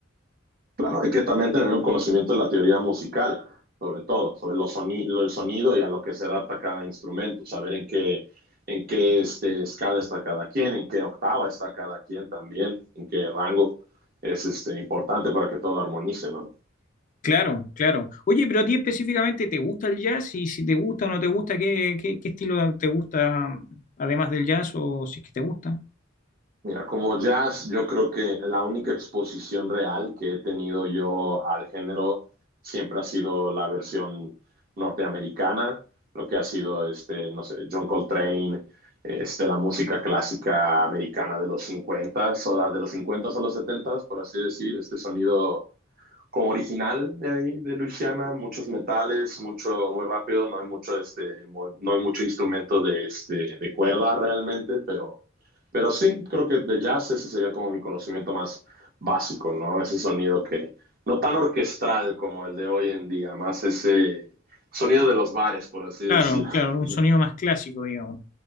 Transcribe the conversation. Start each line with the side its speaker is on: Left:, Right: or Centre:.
Right: Claro, hay que también tener un conocimiento de la teoría musical, sobre todo, sobre los soni- lo- el sonido y a lo que se adapta cada instrumento, saber en qué, en qué este, escala está cada quien, en qué octava está cada quien también, en qué rango es este, importante para que todo armonice, ¿no?
Left: Claro, claro. Oye, pero a ti específicamente, ¿te gusta el jazz? Y si te gusta o no te gusta, ¿qué, qué, qué estilo te gusta además del jazz o si es que te gusta?
Right: Mira, como jazz, yo creo que la única exposición real que he tenido yo al género siempre ha sido la versión norteamericana, lo que ha sido, este, no sé, John Coltrane, este, la música clásica americana de los 50, o sea, de los 50 a los 70, por así decir, este sonido como original de ahí, de Luisiana, muchos metales, mucho muy rápido, no hay mucho, este, muy- no hay mucho instrumento de, este, de cuerda realmente, pero, pero sí, creo que de jazz ese sería como mi conocimiento más básico, ¿no? Ese sonido que, no tan orquestral como el de hoy en día, más ese sonido de los bares, por así
Left: Claro,
Right: decirlo.
Left: claro, un
Right: ¿no?
Left: sonido más clásico, digamos.